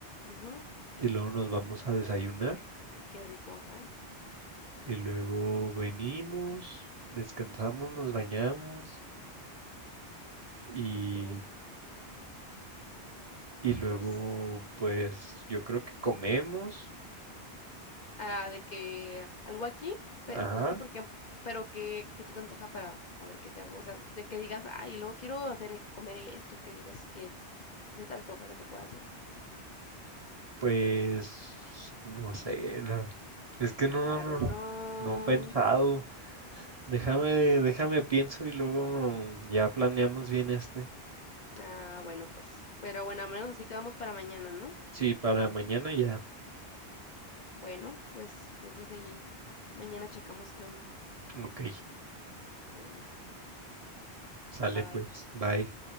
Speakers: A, on the left; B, on the right.
A: ujú,
B: Y luego nos vamos a desayunar.
A: Qué rico, ajá.
B: Y luego venimos, descansamos, nos bañamos y
A: Ok,
B: Y luego,
A: ¿qué más?
B: pues yo creo que comemos.
A: Ah, de que algo aquí, pe-
B: Ajá,
A: pues sí, porque, pero que, que se te antoja para a ver qué te hago, o sea, de que digas, ay, luego quiero hacer e- comer esto, que digas que, que se te antoja que te pueda hacer.
B: pues no sé, la- es que no,
A: I
B: no,
A: don't
B: no
A: know.
B: no he pensado. Déjame, déjame pienso y luego ya planeamos bien este.
A: Ah, bueno, pues, pero bueno, al menos así quedamos para mañana, ¿no?
B: Sí, para mañana ya.
A: Bueno, pues entonces ahí mañana checamos qué onda.
B: Ok,
A: Bueno,
B: sale
A: bye bye.
B: pues, bye.